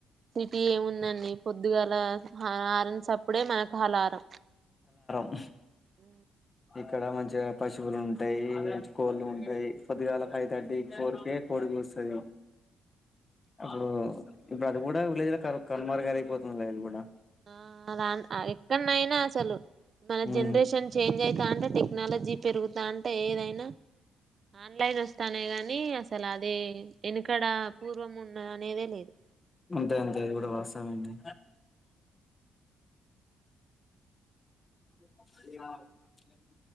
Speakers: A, on the right; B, on the left.
A: వీ ఏముందండి పొద్దుగాల ఆ హారన్ చప్పుడే మాకు అలారం
B: ఆహా
A: ఉ
B: ఇక్కడ మంచిగా పశువులు ఉంటయ్ కోళ్ళు ఉంటయి పొద్దుగాల ఫైవ్ థర్టీ ఫోర్ కే కోడికూస్తది అవు ఇప్పుడు అది కూడా విలేజ్ లో కనుమరిగిపోతుంది లే అది కూడా
A: ఆ నాది ఆమ్స ఎక్కనయినా అసలు మన
B: ఉమ్
A: జనరేషన్ చేంజ్ అయితాంటే టెక్ నేల జిప్ పెరుగుతాంటే ఏదైనా ఆన్లైన్ తనే గాని అసలది ఎనకడ పూర్వం ఉన్న అనేదే లేదు
B: అంతే అంతే ఇది కూడా వాస్తవమె అండి <unintelligible>